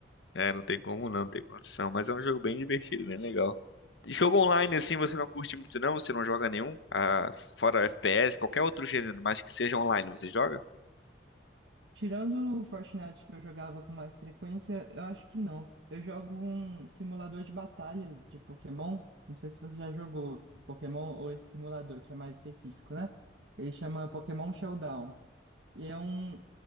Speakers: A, on the left; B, on the right.
A: É, não tem como não, não tem condição. Mas é um jogo bem divertido, bem legal. E jogo online, assim, você não curte muito, não? Você não joga nenhum? Ah, fora FPS, qualquer outro gênero, mas que seja online, você joga?
B: Tirando o Fortnite que eu jogava com mais frequência, eu acho que não. Eu jogo um simulador de batalhas de Pokémon. Não sei se você já jogou Pokémon ou esse simulador que é mais específico, né? Ele chama Pokémon Showdown. E é um.